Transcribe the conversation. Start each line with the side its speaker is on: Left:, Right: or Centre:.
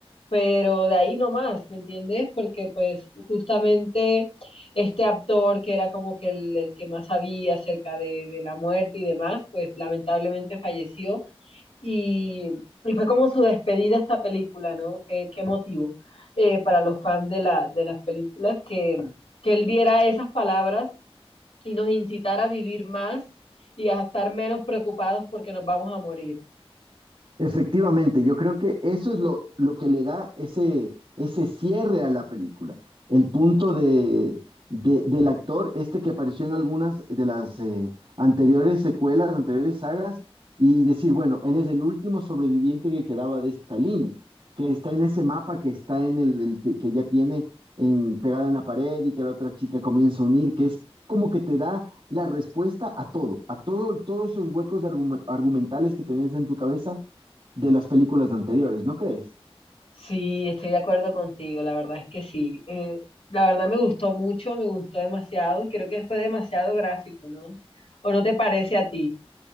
Left: pero de ahí no más, ¿me entiendes? Porque pues justamente este actor que era como que el, el que más sabía acerca de, de la muerte y demás, pues lamentablemente falleció y, y fue como su despedida a esta película, ¿no? Qué, qué motivo eh, para los fans de, la, de las películas que, que él diera esas palabras y nos incitara a vivir más y a estar menos preocupados porque nos vamos a morir.
Right: Efectivamente, yo creo que eso es lo, lo que le da ese, ese cierre a la película. El punto de, de- del actor, este que apareció en algunas de las eh, anteriores secuelas, anteriores sagas, y decir, bueno, él es el último sobreviviente que quedaba de esta línea, que está en ese mapa, que está en el, el que, que ya tiene en, pegada en la pared y que la otra chica comienza a unir, que es como que te da la respuesta a todo, a todo, todos esos huecos de argumen- argumentales que tenías en tu cabeza de las películas anteriores, ¿no crees?
Left: Sí, estoy de acuerdo contigo, la verdad es que sí. Eh, la verdad me gustó mucho, me gustó demasiado y creo que fue demasiado gráfico, ¿no? ¿O no te parece a ti